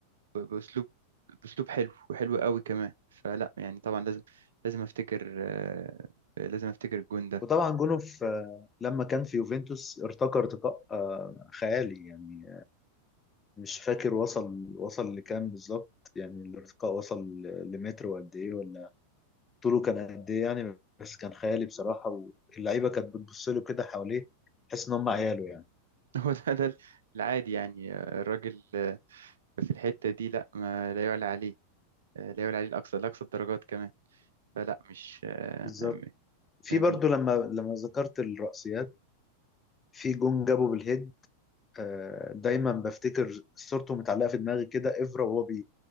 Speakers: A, on the right (about 60°); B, on the left (about 20°).
A: ب- باسلوب باسلوب حلو وحلو قوي كمان فلا يعني طبعا لازم لازم افتكر آه، لازم افتكر الجون ده
B: وطبعا جونه في آه، لما كان في يوفنتوس ارتقى ارتقاء آه، خيالي يعني مش فاكر وصل وصل لكام بالظبط يعني الارتقاء وصل ل- لمتر وقد ايه ولا طوله كان قد ايه يعني بس كان خيالي بصراحة واللعيبة كانت بتبص له كده حواليه تحس ان هم عياله يعني
A: <laughs> هو ده ده العادي يعني آه، الراجل في الحتة دي لا ما لا يعلى عليه آه، لا يعلى عليه الأقصى الأقصى الدرجات كمان فلا مش آه،
B: بالظبط
A: م-
B: في
A: م-
B: برضو
A: م-
B: لما لما ذكرت الرأسيات في جون جابه بالهيد آه، دايما بفتكر صورته متعلقة في دماغي كده افرا وهو بي